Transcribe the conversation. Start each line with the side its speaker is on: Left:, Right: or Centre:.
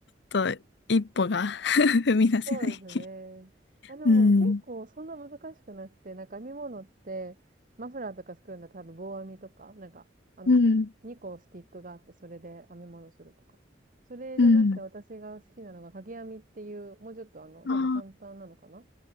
Left: ちょっと一歩が <laughs> 踏み出せない
Right: そうですね。あ、でも結構そんな難しくなくて、
Left: うん。
Right: なんか編み物って、マフラーとか作るんだったら多分棒編みとか、なんか、あの、
Left: うん。
Right: 2個スティックがあって、それで編み物するとか。それじゃなくて私が好きなのが掛け編みっていう、
Left: うん。
Right: もうちょっとあの、
Left: あ
Right: 多分簡単なのかな。